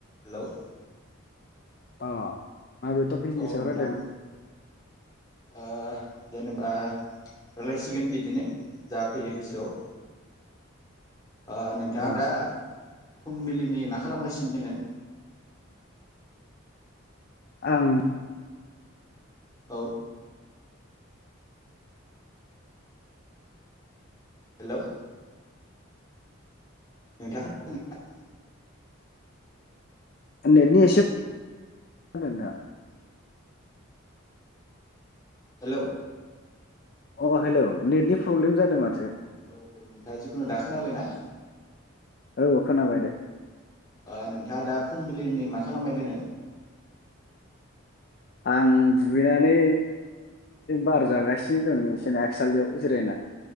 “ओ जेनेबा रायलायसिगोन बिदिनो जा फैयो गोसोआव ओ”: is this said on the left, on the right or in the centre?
Left